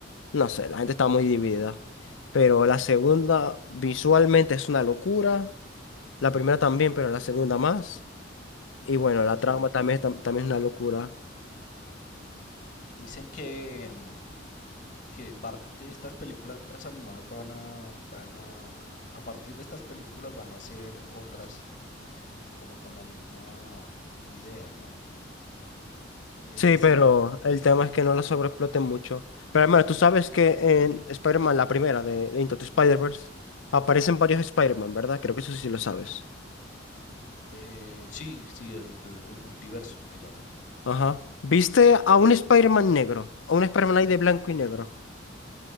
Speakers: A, on the left; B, on the left.
A: No sé, la gente está muy dividida. Pero la segunda visualmente es una locura. La primera también, pero la segunda más. Y bueno, la
B: Sí.
A: trama también, es tam- también es una locura.
B: Dicen que, mm, que parte de estas películas animadas van a, van a, a partir de estas películas van a hacer otras como con la misma idea, ¿no? Es
A: Sí,
B: decir,
A: pero el tema es que no la sobreexploten mucho. Pero hermano, tú sabes que en Spider-Man, la primera de, de Into the Spider-Verse, aparecen varios Spider-Man, ¿verdad? Creo que eso sí lo sabes.
B: Eh, sí, sí, el, el multiverso que llaman.
A: Ajá. ¿Viste
B: Eh,
A: a un Spider-Man negro? A un Spider-Man ahí de blanco y negro.